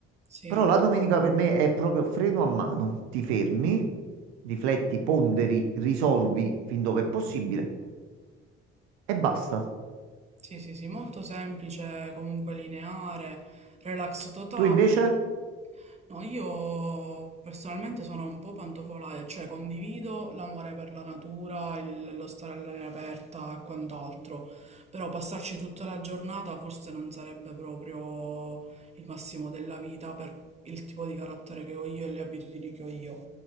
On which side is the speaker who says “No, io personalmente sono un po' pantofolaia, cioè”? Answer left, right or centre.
Right